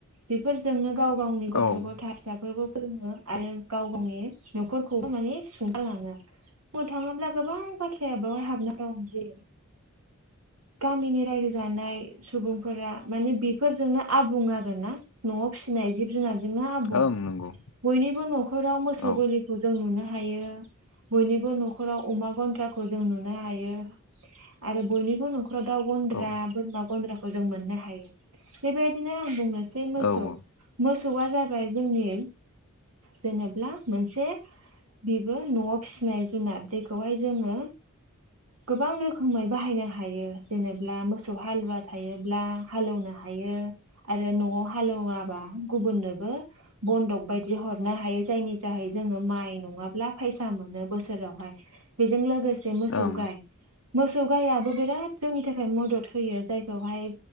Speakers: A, on the right (about 75°); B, on the left (about 70°).
A: बेफोरजोंनो गाव गावनि गथ'
B: औ ओं
A: गथ फिसाफोरखौ फोरोङो। आरो गाव गावनि न'खरखौबो माने सुंथा लाङो। बु थाङोब्ला गोबां बाथ थ्राया बावहाय हाबना दं। जे गामिनि रायजो जानाय सुबुंफोरा माने बेफोरजोंनो आबुं आरो ना न'आव फिनाय जिब जोङा जोंनो आबुं
B: ओं नंगौ
A: बयनिबो न'खराव मोसौ
B: औ
A: गलि खौ जों नुनो हायो। बयनिबो न'खराव अमा गन्द्राखौ जों नुनो हायो। आरो बयनिब बो न'खराव दाउ गन्द्रा,
B: औ
A: बोरमा गन्द्राखौ जों मोननो हायो‌। बेबायदिनो <unintelligible> सै मोसौ
B: औ ओं
A: मोसौआ जाबाय जोंनि जेनेब्ला मोनसे बेबो न'आव फिनाय जुनाद जेखौहाय जोङो गोबां रोखोमै बाहायनो हायो। जेनेब्ला मोसौ हालुवा थायोब्ला हालौनो हायो। आरो न'आव हालौवाबा गुबुननोबो बन्दक बायदि हरनो हायो। जायनि जाहै जोङो माइ नङाब्ला फायसा मोनो बोसोरावहाय। बेजों लोगोसे
B: ओं
A: मोसौ गाय मोसौ गायाबो बिराद जोंनि थाखाय मदद होयो। जाय खौहाय